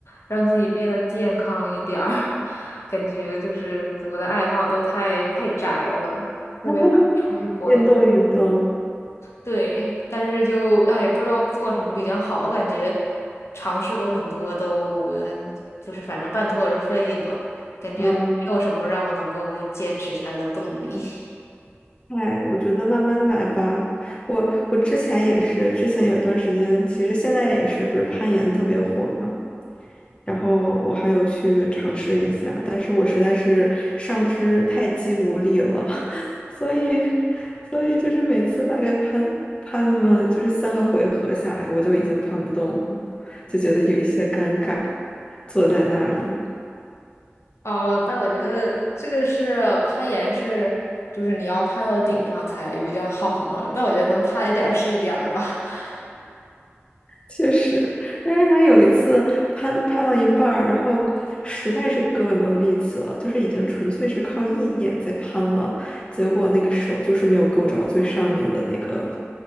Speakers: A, on the left; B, on the left.
A: 让自己变得健康一点儿，<laughs> 感觉就是我的爱好都太太宅了，特别想出去活动。
B: <laughs> 运动运动，
A: 对，但是就哎，不知道做什么比较好，感觉尝试过很多都，呃就是反正半途而废吧，感觉没有什么让我能够就坚持下来的动力。
B: 嗯。
A: <laughs>
B: 哎，我觉得慢慢来吧。我我之前也是，之前有一段时间，其实现在也是，不是攀岩特别火嘛。然后我还有去尝试一下，但是我实在是上肢太肌无力了，<laughs> 所以所以就是每次大概攀攀那么就是三个回合下来，我就已经攀不动了，就觉得有一些尴尬，坐在那里。
A: 哦，但我觉得这个是攀岩是，就是你要攀到顶上才比较好嘛。但我觉得能攀一点儿是一点儿吧。<laughs>
B: 确实，但是还有一次攀攀到一半儿，然后实在是胳膊没有力气了，就是已经纯粹是靠意念在攀了，结果那个手就是没有够着最上面的那个、